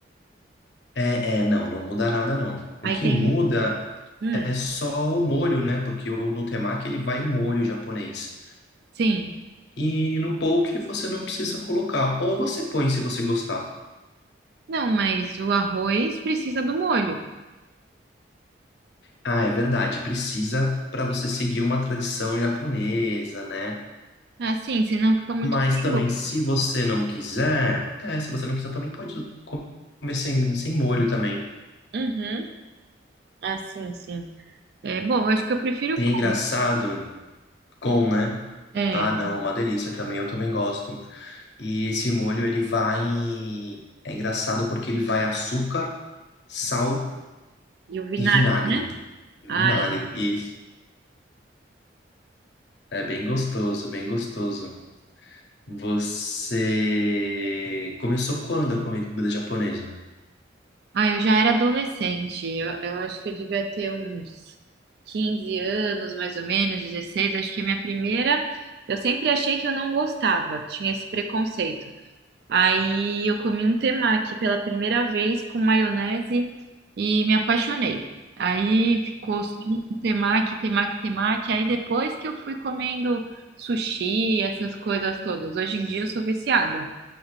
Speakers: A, on the left (about 60°); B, on the right (about 55°).
A: É, é, não, não muda nada não.
B: Aí
A: O que
B: tem.
A: muda
B: Hum,
A: é só o molho, né? Porque o no temaki ele vai o molho japonês.
B: sim.
A: E no poke você não precisa colocar, ou você põe se você gostar.
B: Não, mas o arroz precisa do molho.
A: Ah, é verdade, precisa para você seguir uma tradição japonesa, né?
B: Assim, senão fica muito
A: Mas
B: sem
A: também,
B: gosto.
A: se você não quiser, é, se você não quiser, também pode comer sem, sem molho também.
B: Uhum. Ah, sim, sim. É bom, eu acho que eu prefiro
A: E
B: com.
A: é engraçado, com, né?
B: É.
A: Ah, não, uma delícia também, eu também gosto. E esse molho, ele vai. É engraçado porque ele vai açúcar, sal
B: E o vinagre,
A: e vinagre.
B: né?
A: Vinagre,
B: Ah, é.
A: isso. É bem gostoso, bem gostoso. Você começou quando a comer comida japonesa?
B: Ah, eu já era adolescente. Eu, eu acho que eu devia ter uns 15 anos, mais ou menos, dezesseis Acho que a minha primeira. Eu sempre achei que eu não gostava, tinha esse preconceito. Aí eu comi um temaki pela primeira vez com maionese e me apaixonei. Aí ficou só um temaki, temaki, temaki. Aí depois que eu fui comendo sushi, essas coisas todas. Hoje em dia eu sou viciada.